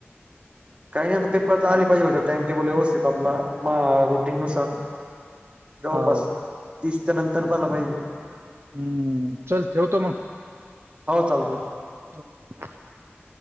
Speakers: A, on the right (about 30°); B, on the right (about 65°).
A: काही नाही तर पेपर तर
B: काय
A: आले
B: नाही.
A: पाहिजे टाइम टेबल व्यवस्थित आपला मंग रुटीन नुसार. जवळपास
B: हो.
A: तीस त्या नंतर झाला माहिजे.
B: हम्म चल ठेवतो मंग.
A: हो चालत.
B: <inaudible>